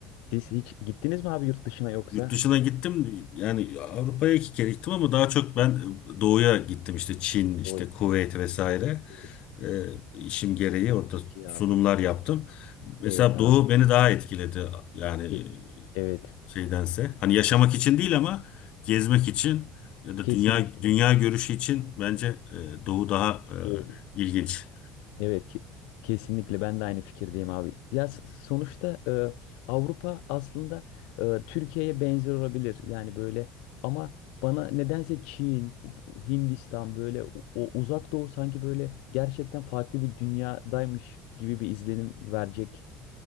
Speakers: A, on the left; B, on the left.
A: Siz hiç gittiniz mi abi yurt dışına yoksa?
B: Yurt dışına gittim yani Avrupa'ya iki kere gittim ama daha çok ben doğuya gittim işte Çin işte
A: O ya.
B: Kuveyt vesaire
A: Evet, Evet.
B: Ee, işim gereği orada
A: çok iyi
B: sunumlar
A: abi.
B: yaptım. Mesela
A: Evet abi.
B: Doğu beni daha etkiledi yani
A: Ke- Evet.
B: şeydense hani yaşamak için değil ama gezmek için ya da
A: Kesinlikle.
B: dünya dünya görüşü için bence e, Doğu daha
A: Evet.
B: e, ilginç.
A: Evet ki kesinlikle ben de aynı fikirdeyim abi. Ya s- sonuçta e, Avrupa aslında e, Türkiye'ye benzer olabilir. Yani böyle ama bana nedense Çin, Hindistan böyle o, o uzak doğu sanki böyle gerçekten farklı bir dünyadaymış gibi bir izlenim verecek